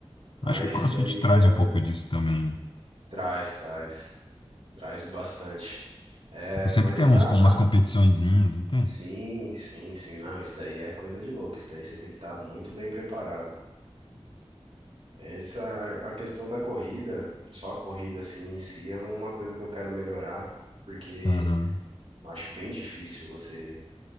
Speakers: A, on the right; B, on the left.
A: Ah,
B: Acho que
A: esse
B: o CrossFit
A: daí
B: traz
A: ah,
B: um pouco disso também, né?
A: traz, traz, traz bastante. É,
B: Tipo, sempre
A: mas
B: tem uns,
A: a,
B: com
A: a-
B: umas competiçõezinhas, não tem?
A: sim, sim, sim, não, isso daí é coisa de louco. Isso daí você tem que estar muito bem preparado. Essa, a questão da corrida, só a corrida assim em si, é uma coisa que eu quero melhorar, porque
B: Aham,
A: eu acho bem difícil você